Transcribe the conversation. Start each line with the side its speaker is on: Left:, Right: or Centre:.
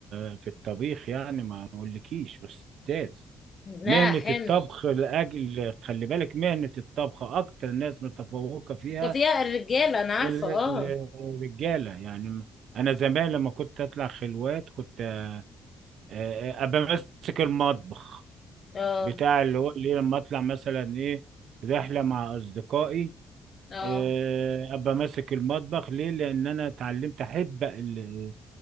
Right: آه، في الطبيخ يعني ما اقولكيش استاذ
Left: لا
Right: مهنة
Left: حلو
Right: الطبخ لأجل خلي بالك مهنة الطبخ أكتر ناس متفوقة فيها
Left: كان فيها الرجاله انا عارفه
Right: ال-
Left: اه
Right: ال- الرجالة يعني أنا زمان لما كنت أطلع خلوات كنت آه، آه، ابقى ماسك المطبخ
Left: اه
Right: بتاع اللي هو اللي لما اطلع مثلا ايه رحله مع اصدقائي
Left: اه
Right: آه، ابقى ماسك المطبخ ليه لان انا اتعلمت احب ال-